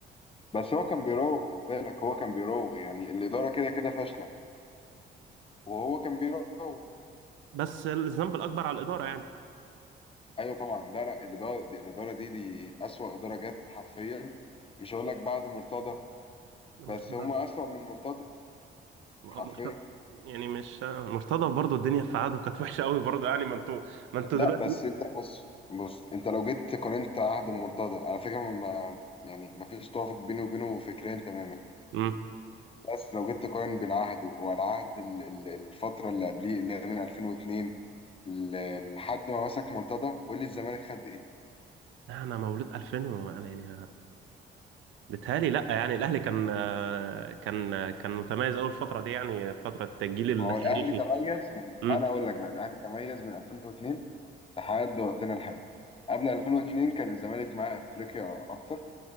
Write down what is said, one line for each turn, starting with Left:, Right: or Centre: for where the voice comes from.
Left: بس هو كان بيراوغ خد بالك هو كان بيراوغ يعني الاداره كده كده فاشله وهو كان بيراوغ
Right: بس الذنب الاكبر على الاداره يعني
Left: ايوه طبعا لا لا الاداره دي الاداره دي دي اسوأ اداره جت حرفيا مش هقول لك بعد مرتضى
Right: المرتضى
Left: بس هم اسوأ من مرتضى
Right: مرت-
Left: حرفيا
Right: يعني مش مرتضى برضو الدنيا في عاده كانت وحشه قوي برضو يعني ما انتوا ما انتوا
Left: لا
Right: دلوقتي
Left: بس انت بص بص انت لو جيت قارنت عهد المنتدى على فكره ما يعني ما فيش توافق بيني وبينه فكريا تماما
Right: امم
Left: بس لو جيت تقارن بين عهده والعهد ال- ال- الفتره اللي قبليه اللي هي من 2002 ل- لحد ما مسك مرتضى قول لي الزمالك خد ايه
Right: انا مولود 2000 وانا يعني بيتهيألي لا يعني الاهلي كان كان كان متميز اول الفتره دي يعني فتره التجيل
Left: هو
Right: التاريخي
Left: الاهلي تميز من
Right: امم
Left: انا اقول لك بقى الاهلي تميز من 2002 لحد وقتنا الحالي قبل 2002 كان الزمالك معاه افريقيا اكتر